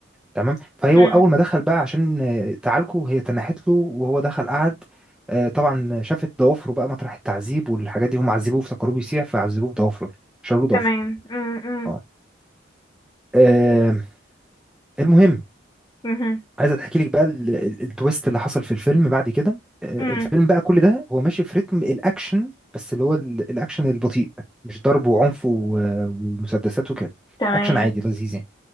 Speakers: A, in the centre; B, on the left (about 20°).
A: تمام فهو
B: مم.
A: اول ما دخل بقى عشان آه، تعالجه هي تنحت له وهو دخل قعد آه، طبعا شافت ضوافره بقى مطرح التعذيب والحاجات دي هم عذبوه افتكروه بيسيح فعذبوه بضوافره شالوا له ضوافره
B: تمام مم. مم.
A: اه آه، المهم
B: مهم.
A: عايز احكي لك بقى ال- ال- التويست اللي حصل في الفيلم بعد كده آه،
B: مم.
A: الفيلم بقى كل ده هو ماشي في رتم الاكشن بس اللي هو ال- الاكشن البطيء مش ضرب وعنف و- ومسدسات وكده
B: تمام
A: اكشن عادي لذيذ يعني